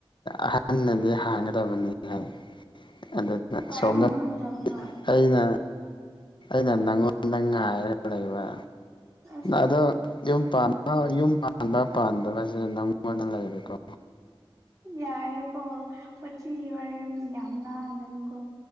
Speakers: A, on the left (about 55°); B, on the right (about 35°).
A: ꯑꯍꯟꯅꯗꯤ ꯍꯥꯡꯒꯗꯕꯅꯤ ꯍꯥꯏ ꯑꯗꯨꯗꯨꯅ
B: ꯍꯣꯏ
A: ꯁꯣꯝꯗ
B: ꯑꯍꯟꯅ ꯍꯥꯡꯒꯗꯕꯅꯤ ꯍꯣꯏ
A: ꯑꯩꯅ ꯑꯉꯣꯥꯏꯔ ꯂꯩꯕ
B: ꯑꯁ
A: ꯑꯗ ꯌꯨꯝ ꯄꯥꯟ ꯌꯨꯝ ꯄꯥꯟꯕ ꯄꯥꯟꯗꯕꯁꯦ ꯅꯪꯉꯣꯟꯗ ꯂꯩꯔꯦꯀꯣ
B: ꯌꯥꯔꯦ ꯀꯣ ꯄ ꯋꯥꯔꯦ ꯌꯥꯝ ꯉꯒꯦꯅꯤ ꯀꯣ